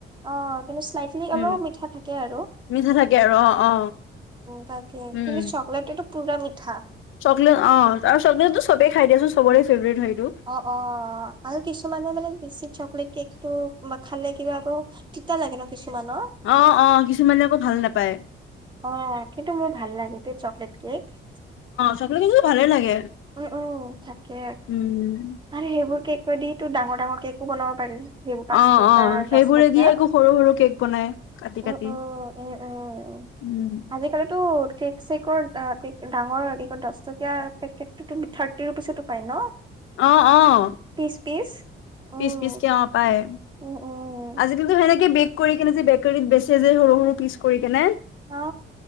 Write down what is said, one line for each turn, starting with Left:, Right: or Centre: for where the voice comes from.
Right: অ' কিন্তু শ্লাইটলি অলপ
Left: উম
Right: মিঠা থাকে আৰু
Left: মিঠা থাকে আৰু অ অ
Right: তাকে
Left: উম
Right: কিন্তু চকলেট এটো পুৰা মিঠা
Left: চকলেট অ' চকলেটো চবেই খাই দিয়াচোন চবৰে ফেভৰেট হয় সেইটো
Right: অ' অ' আৰু কিছুমানে মানে বেছি চকলেট কেক- তটো বা খালে কিবা আকৌ তিতা লাগে ন কিছুমানৰ
Left: অ' অ' কিছুমানে আকৌ ভাল নাপায়
Right: অ' কিন্তু মোৰ ভাল লাগে তে চকলেট কেক
Left: সকলো কিন্তু ভালেই লাগে
Right: উম উম তাকে
Left: উম
Right: আৰু সেইবোৰ কেক দি তো ডাঙৰ ডাঙৰ কেকো বনাব পাৰি সেইবোৰ পাঁচ
Left: অ অ
Right: টকা
Left: সেইবোৰে
Right: দশ টকা
Left: দিয়ে আকৌ সৰু সৰু কেক বনাই কাটি
Right: উ
Left: কাটি
Right: উ উম উম
Left: উম
Right: আজিকালিতো কেক চকৰ কে ডাঙৰ দহ টকীয়া পেকেট থাৰ্টি ৰুপিচতো পাই ন
Left: অ' অ'
Right: পিচ পিচ উম
Left: পিচ পিচ কে অ' পায়
Right: উম উম
Left: আজি কিন্তু সেনেকে বেক কৰি কেনে যে বেকাৰীত বেচে যে সৰু সৰু পিচ কৰি পেলাই।
Right: অ